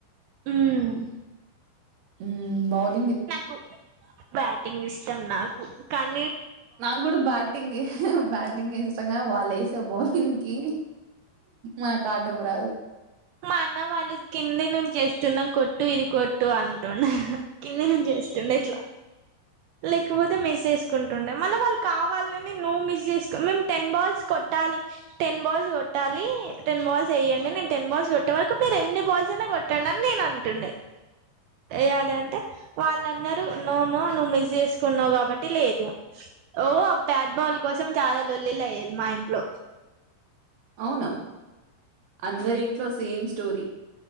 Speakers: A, on the right; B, on the right.
A: ఉమ్
B: ఉమ్ బౌల్
A: నాకు బ్యాటింగ్ ఇష్టం నాక్ కన్
B: నాకు కూడా బ్యాటింగే బ్యాటింగే ఇష్టంగాని వాళ్ళు ఏసే బౌలింగ్ కి మాకు ఆడ్డం రాదు
A: మా అన్న వాళ్ళు కింది నుంచి ఎస్తున్న కొట్టు ఇది కొట్టు అంటుండే కింది నుంచి ఎస్తుండే ఇట్లా లేక్ వో పోతే మిస్ చేసుకుంటుండే మళ్ళ వాళ్ళు కావాలని నువ్వు మిస్ చేసుకున్ మేము టెన్ బాల్స్ కొట్టాలి టెన్ బాల్స్ కొట్టాలి టెన్ బాల్స్ ఎయ్యండి నేను టెన్ బాల్స్ కొట్టే వరకు మీరు ఎన్ని బాల్స్ అయినా కొట్టండి అని నేను అంటుండే ఎయ్యాలి అంటే వాళ్ళన్నారు నో నో ను మిస్ చేసుకున్నావు కాబట్టి లేదు ఓ ఆ బ్యాట్ బాల్ కోసం చాలా లొల్లిలు అయ్యేది మా ఇంట్లో
B: అవునా అందరి ఇన్ ట్లో సేమ్ స్టోరీ,